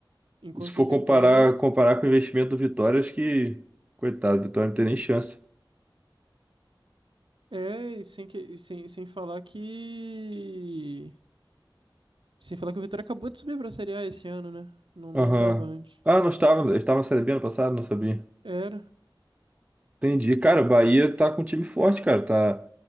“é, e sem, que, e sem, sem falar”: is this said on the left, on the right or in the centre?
Right